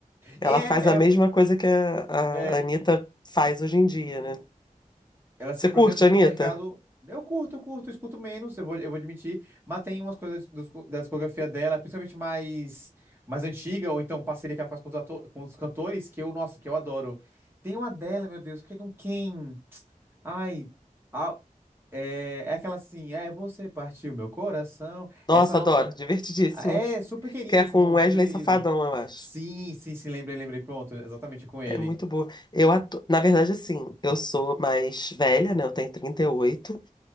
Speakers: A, on the left; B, on the right.
A: Ela
B: É,
A: faz a mesma
B: é,
A: coisa que a,
B: é.
A: a Anitta faz hoje em dia, né?
B: ela
A: Você
B: se
A: curte,
B: projetou
A: Anitta?
B: pro mercado. Eu curto, eu curto, eu escuto menos, eu vou, eu vou admitir, mas tem umas coisas do- da discografia dela, principalmente mais, mais antiga, ou então parceria que ela faz com os, ato- com os cantores, que eu, nossa, que eu adoro. Tem uma dela, meu Deus, que é com quem? Ai, a- é, é aquela assim, é, você partiu meu coração.
A: Nossa,
B: Essa nossa.
A: adoro, divertidíssima.
B: É, super querida
A: Que é
B: essa
A: com
B: música,
A: Wesley
B: super querida.
A: Safadão, eu acho.
B: Sim, sim, sim, lembrei, lembrei, pronto, exatamente com ele.
A: É muito boa. Eu atu... Na verdade, assim, eu sou mais velha, né? Eu tenho 38. E oito.